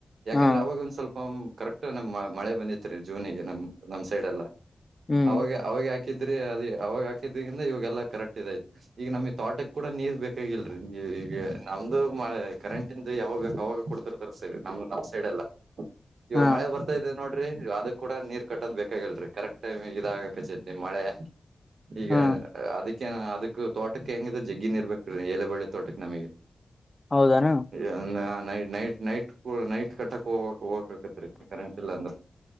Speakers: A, on the right; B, on the left.
A: ಯಾಕಂದ್ರೆ
B: ಹ್ಮ್
A: ಅವಾಗ ಒಂದ್ ಸ್ವಲ್ಪ ಕರೆಕ್ಟ್ ನಮ್ ಮಳೆ ಬಂದಿತ್ರಿ ಜೂನಿಗೆ ನಮ್ ನಮ್ ಸೈಡ್ ಎಲ್ಲಾ
B: ಹ್ಮ್
A: ಅವಾಗ ಅವಾಗ ಯಾಕೆ ಹಾಕಿದ್ರಿ ಅದ ಅವಾಗ ಹಾಕಿದಿಂದ ಇವಾಗೆಲ್ಲ ಕರೆಕ್ಟ್ ಇದೈತ್ ಈಗ ನಮ್ ತೋಟಕ್ ಕೂಡ ನೀರ್ ಬೇಕಾಗಿಲ್ರರಿ ನೀ ಈಗ ನಮ್ದು ಕರೆಂಟ ಇಂದು ಯಾವಾಗ ಅವಾವಾಗ ಕೊಡ್ತಿರ್ತಾರೆ ಸರಿ ನಮ್ ನಮ್ ಸೈಡೆಲ್ಲ ಇವ
B: ಹಾ
A: ಮಳೆ ಬರ್ತಾ ಇದದೆ ನೋಡ್ರಿ ಅದ ಕೂಡ ನೀರ್ ಕಟ್ಟೋದ್ ಬೇಕಾಗಿಲ್ರರಿ ಕರೆಕ್ಟ್ ಟೈಮ್ ಇದಾಗಕಚತಿ ಮಳೆ ಈಗ
B: ಹಾ
A: ಅದಕ್ಕ ಏನ ಅದಕ್ ತೋಟಕ್ಕೆ ಹೆಂಗಿದೆ ಜಿಗ್ಗನ್ ಇರ್ಬೇಕ ರೀ ಎಏಲೆಬಳ್ಳೆ ತೋಟಕ್ಕೆ ನಮಗೆ
B: ಹೌದಾನ
A: ಎಂಗ ನೈ ನೈಟ್ ನೈಟ್ ನೈಟ್ ಕಟ್ಟಕ್ ಹೋಗ ಹೋಗಕಕತ್ ರೀ ಕರೆಂಟ್ ಇಲ್ಲ ಅಂದ್ರೆ